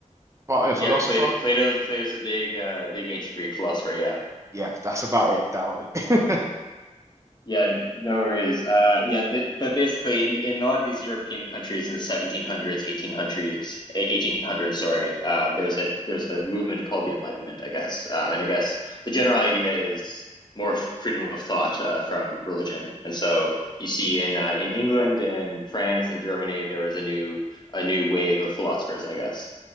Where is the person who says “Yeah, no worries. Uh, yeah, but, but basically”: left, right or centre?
Left